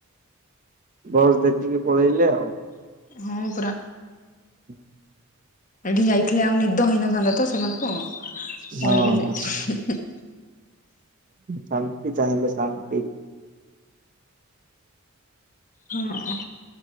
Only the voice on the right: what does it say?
ବସ୍ ଦେଖିକି ପଳେଇଲେ ଆଉ
ହୁଁ <inaudible>
ହଁ।
ଶାନ୍ତି ଚାହିଁଲେ ଶାନ୍ତି।